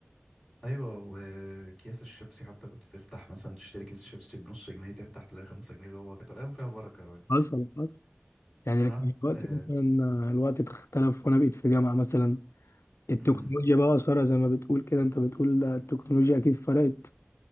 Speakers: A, in the centre; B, on the left.
A: ايوه وكياس الشيبسي حتى كنت تفتح مثلا تشتري كيس شيبسي بنص جنيه تفتح تلاقي خمسة جنيه جوه كانت الايام فيها بركه يا راجل
B: حصل حصل يعني
A: اه
B: لكن دلوقتي
A: آه،
B: مثلا الوقت اختلف وانا بقيت في جامعة مثلا التكنولوجيا
A: امم
B: بقى أثرها زي ما بتقول كده انت بتقول التكنولوجيا اكيد فرقت